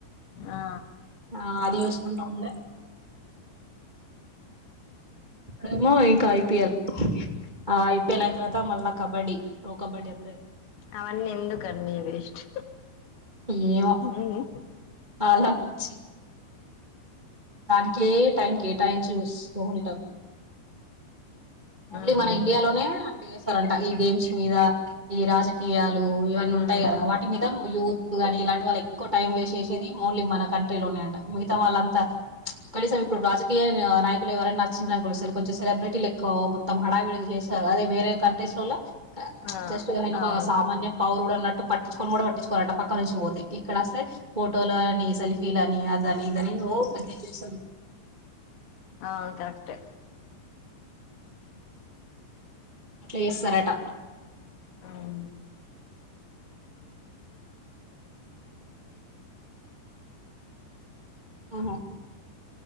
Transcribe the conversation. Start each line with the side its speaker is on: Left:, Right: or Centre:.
Left: ఆ
Right: ఆ అది చూస్కుంటావుంటాం ఇప్పుడేమో ఇంకా ఐపిఎల్ ఆ ఐపీఎల్ అయిన తర్వాత మళ్ళా కబడ్డీ ప్రో కబడ్డీ అ
Left: అవన్నీ ఎందుకండి వేస్ట్
Right: ఏవో
Left: మ్మ్
Right: అలా వచ్చి త ఏ టైంకి కేటాయించి చూస్తా ఉంటారు ఓన్లీ
Left: మ్మ్
Right: మన ఇండియాలోనే అట్లా చేసారంట ఈ గేమ్స్ మీద ఈ రాజకీయ ఇవన్నీ
Left: మ్మ్
Right: ఉంటాయి కదా వాటి మీద యూత్ కానీ ఇలాంటి వాళ్ళ ఎక్కువ టైం వేస్ట్ చేసేది ఓన్లీ మన కంట్రీలోనే అంట మిగతా వాళ్ళంతా కనీసం ఇప్పుడు రాజకీయ నాయకులు ఎవరైనా నచ్చినరుకొండి కొంచెం సెలబ్రిటీలు ఎక్కువ మొత్తం హడావిడిగ చేశారు అదే వేరే కంట్రీస్ లల్లో
Left: ఆ
Right: జస్ట్ నేన ఒక
Left: అవును
Right: సామాన్య పౌరుడు అన్నట్టు పట్టించుకొని కూడా పట్టించుకోవాలంట పక్క నుంచి పోతాయి ఇక్కడ వస్తే ఫోటోలు అని సెల్ఫీ అని అదని ఇదని అే <inaudible>
Left: ఔను అట్టే
Right: చేస్తారట
Left: అవు
Right: ఆ